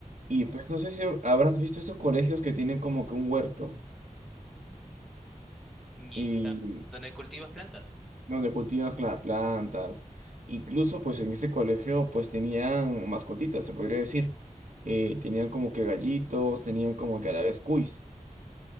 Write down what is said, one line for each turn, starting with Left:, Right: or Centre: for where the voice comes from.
Right: Y pues no sé si habrás visto esos colegios que tienen como que un huerto
Centre: ujú. Y,
Right: y
Centre: ah, ¿dónde cultivas plantas?
Right: donde cultivan las plantas. Incluso pues en ese colegio pues tenían mascotitas, se podría decir. Eh, tenían como que gallitos, tenían como que a la vez cuis.